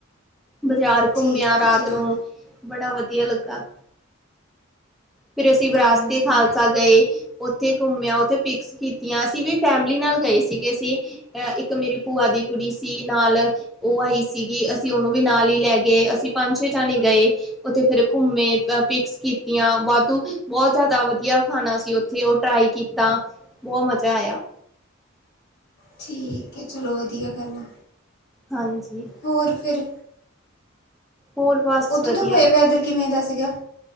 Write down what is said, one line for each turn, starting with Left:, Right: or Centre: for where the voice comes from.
Centre: ਬਜ਼ਾਰ
Left: ਠੀਕ
Centre: ਘੁੰਮਿਆ ਰਾਤ
Left: ਹੈ ਚਲੋ
Centre: ਨੂੰ, ਬੜਾ ਵਧੀਆ ਲੱਗਾ। ਫਿਰ ਅਸੀਂ ਵਿਰਾਸਤੇ
Left: ਹਾਂਜੀ।
Centre: ਖਾਲਸਾ ਗਏ। ਉੱਥੇ ਘੁੰਮਿਆ ਉੱਥੇ ਪਿਕਸ ਕੀਤੀਆਂ, ਅਸੀਂ ਵੀ ਫੈਮਲੀ ਨਾਲ ਗਏ ਸੀਗੇ ਅਸੀਂ। ਅ ਇੱਕ ਮੇਰੀ ਭੂਆ ਦੀ ਕੁੜੀ ਸੀ ਨਾਲ, ਉਹ ਆਈ ਸੀਗੀ। ਅਸੀਂ ਉਹਨੂੰ ਵੀ ਨਾਲ ਹੀ ਲੈ ਗਏ। ਅਸੀਂ ਪੰਜ- ਛੇ ਜਣੇ ਗਏ ਉੱਥੇ ਫੇਰ ਘੁੰਮੇ ਪਿਕਸ- ਕੀਤੀਆਂ ਵਾਧੂ। ਬਹੁਤ ਜ਼ਿਆਦਾ ਵਧੀਆ ਖਾਣਾ ਸੀ ਉੱਥੇ, ਉਹ ਟਰਾਈ ਕੀਤਾ। ਬਹੁਤ ਮਜ਼ਾ ਆਇਆ।
Left: ਠੀਕ ਹੈ, ਚਲੋ ਵਧੀਆ ਗੱਲ ਐ।
Centre: ਹਾਂਜੀ।
Left: ਹੋਰ ਫਿਰ?
Centre: ਹੋਰ ਬਸ
Left: ਉੱਥੋਂ
Centre: ਵਧੀਆ
Left: ਦਾ ਵੇ ਵੈਦਰ ਕਿਵੇਂ ਦਾ ਸੀਗਾ?